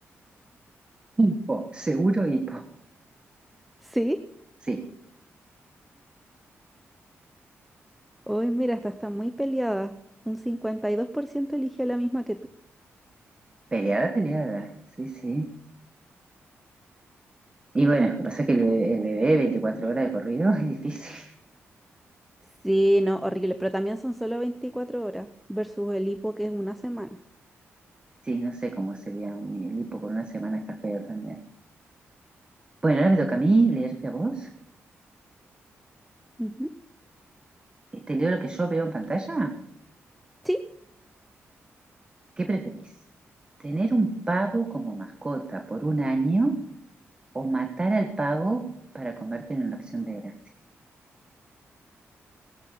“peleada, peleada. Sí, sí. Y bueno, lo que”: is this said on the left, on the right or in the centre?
Right